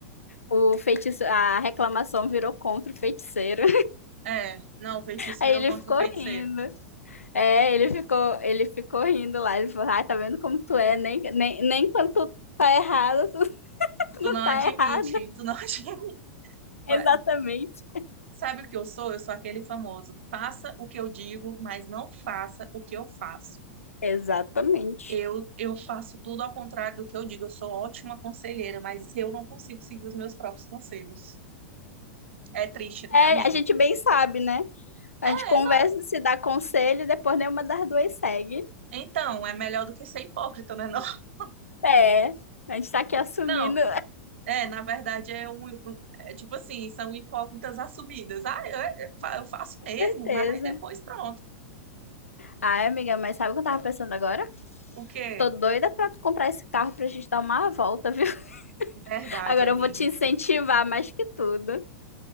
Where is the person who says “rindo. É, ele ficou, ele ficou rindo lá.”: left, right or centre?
Left